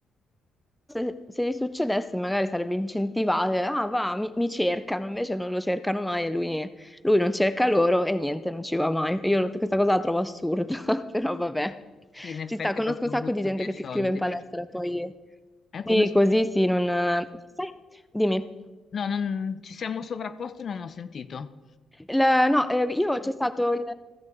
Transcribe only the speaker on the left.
sì. Sì, in effetti
è proprio
butto
via
i soldi.
È
come... s-
No, non... ci siamo sovrapposti e non ho sentito.